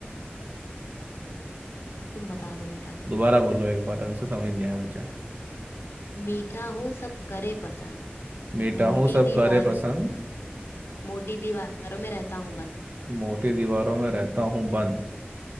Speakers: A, on the left; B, on the right.
A: अब तुम बता लो बेटा
B: दोबारा बोलो एक बार ढंग से समझ नहीं आया मुझे
A: मीठा हूँ सब करे पसंद
B: मीठा
A: मोटी
B: हूँ सब
A: दीवारों
B: करे पसंद
A: मोटी दीवारों में रहता हूँ बंद
B: मोटी दीवारों में रहता हूँ बंद